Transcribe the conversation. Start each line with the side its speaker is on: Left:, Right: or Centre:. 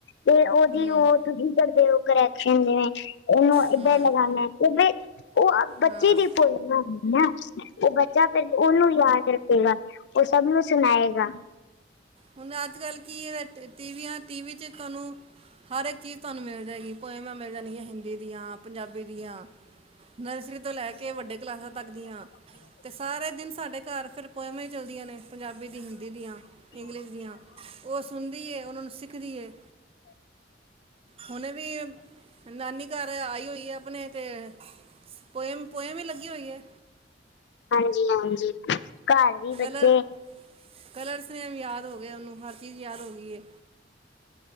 Left: ਤੇ ਓਹਦੀ
Right: ਹੂੰ
Left: ਓਹ ਤੁਸੀਂ ਕਰਦੇ ਹੋ ਕਰੈਕਸ਼ਨ, ਜਿਵੇਂ ਓਹਨੂੰ
Right: ਹੂੰ
Left: ਏਧਰ ਲਗਾਨੈ ਕੇ ਭੀ ਓ ਬੱਚੇ
Right: ਹਾਂ
Left: ਦੀ ਪੋਯਮ ਹੈ ਨਾ, ਓ ਬੱਚੇ ਜਾਂ ਫਿਰ ਓਹਨੂੰ ਯਾਦ ਰੱਖੇਗਾ ਓਹ ਸਭ ਨੂੰ ਸੁਨਾਏਗਾ
Right: ਹੁਣ ਅੱਜ ਕੱਲ੍ਹ ਕੀ ਹੈ, ਟੀਵੀਆਂ ਟੀਵ ਚ ਤੁਹਾਨੂੰ ਹਰ ਇੱਕ ਚੀਜ਼ ਤੁਹਾਨੂੰ ਮਿਲ ਜਾਏਗੀ--ਪੋਇਮਾਂ ਮਿਲ ਜਾਨਗੀਆਂ, ਹਿੰਦੀ ਦੀਆਂ, ਪੰਜਾਬੀ ਦੀਆਂ ਨਰਸਰੀ ਤੋਂ ਲੈ ਕੇ ਵੱਡੇ ਕਲਾਸਾਂ ਤੱਕ ਦੀਆਂ ਤੇ ਸਾਰੇ ਦਿਨ ਸਾਡੇ ਘਰ ਫਿਰ ਪੋਇਮਾਂ ਹੀ ਚੱਲਦੀਆਂ ਨੇ ਪੰਜਾਬੀ ਦੀ, ਹਿੰਦੀ ਦੀਆਂ ਇੰਗਲਿਸ਼ ਦੀਆਂ ਓਹ ਸੁਨਦੀ ਏ, ਓਹਨਾ ਨੂੰ ਸਿੱਖਦੀ ਏ ਹੁਨੇ ਵੀ ਨਾਨੀ ਦੇ ਘਰ ਆਈ ਹੋਈ ਏ ਆਪਨੇ ਤੇ, ਪੋਯਮ ਪੋਯਮ ਹੀ ਲੱਗੀ ਹੋਈ ਏ
Left: ਹਾਂਜੀ- ਹਾਂਜੀ, ਘਰ ਵੀ
Right: ਕਲਰ
Left: ਬੱਚੇ
Right: ਕਲਰਸ ਨੇਮ ਯਾਦ ਹੋ ਗਏ ਓਹਨੂੰ, ਹਰ ਚੀਜ਼ ਯਾਦ ਹੋ ਗਈ ਏ।